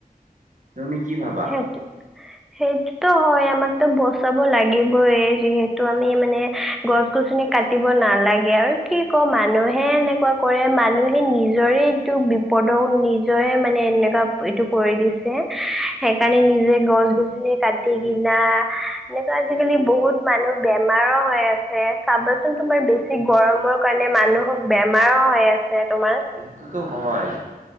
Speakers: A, on the right (about 55°); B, in the centre.
A: তুমি কি ভাবা?
B: সেইটো সেইটোতো হয় আমাকতো বচাব লাগিবই। যিহেতু আমি মানে গছ গছনি কাট দ নালাগে আৰু কি ক মানুহে এনেকুৱা কৰে মানুহে নিজৰে এইটো বিপদ <inaudible> তেওঁ নিজৰে মানে এনেকুৱা এইটো কৰি দিছে। সেইকাৰণে নিজে গছ গছনি কাটি কিনা এনেকুৱা আজিকালি বহুত মানুহ বেমাৰ বেমাৰ হৈ আছে চাবাচোন তোমাৰ বেছি গৰমৰ কাৰণে মানুহক বেমাৰো হৈ আছে তোমাৰ
A: টোতো হয়।